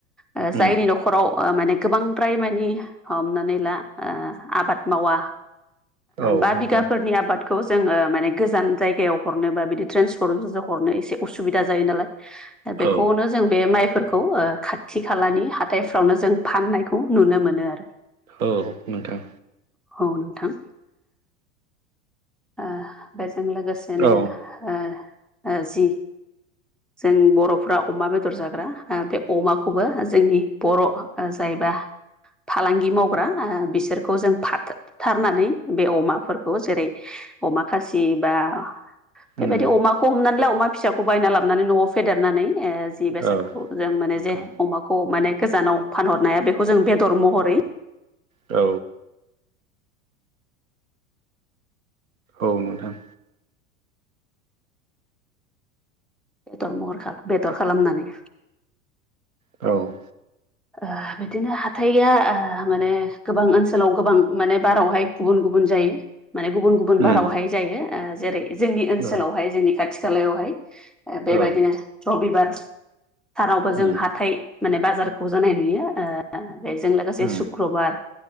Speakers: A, in the centre; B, on the right.
A: ओ जायनि
B: उम
A: न'खराव माने गोबांद्राय मानि हमनानै ला आबाद मावा
B: औ
A: बा
B: नोंथां
A: बिगाफोरनि आबाद खौ जोंङो माने गोजान जायगायाव हरनो बा बिदि ट्रेन्सपर्ट हरनो एसे उसुबिदा जायो नालाय दा बेखौनो
B: औ
A: जों बे माइफोरखौ खौ ओ खाथि खालानि हाथथायफ्रावनो जों फाननायखौ नुनो मोनो आरो‌
B: औ नोंथां।
A: औ नोंथां। ओ बेजों लोगोसेनो
B: औ
A: ओ ओ जि जों बर'फ्रा अमा बेदर जाग्रा बे अमाखौबो जोंनि बर' ओ जायबा फालांगि मावग्रा ओ बिसोरखौ जों फाथथारनानै बे अमाफोरखौ जेरै अमा खासि बा
B: उम
A: बेबायदि अमाखौ हमनानैलाय अमा फि फिसाखौ बायना लाबानै न'आव फेदेरनानै ओ जि बेसादखौ
B: औ
A: जों माने
B: नोंथां
A: जे अमाखौ माने गोजानाव फानहरनाय हानाय बेखौ जों बेदर महरै
B: औ औ नोंथां।
A: बेदर महर बेदर खालामनानै
B: औ
A: ओह बिदिनो हाथाइया ओह माने गोबां ओनसोलाव गोबां माने बारावहाय गुबुन गुबुन जायो। माने गुबुन गुबुन
B: उम
A: बारावहाय जायो जेरै जोंनि ओनसोलावहाय
B: औ
A: जोंनि खाथि खालायावहाय ओ बेबायदिनो
B: औ
A: रबिबार सानावबो जों
B: उम
A: हााइ माने बाजार खौ जानाय नुयो ओह बेजों लोगोसे
B: उम
A: सुक्रबार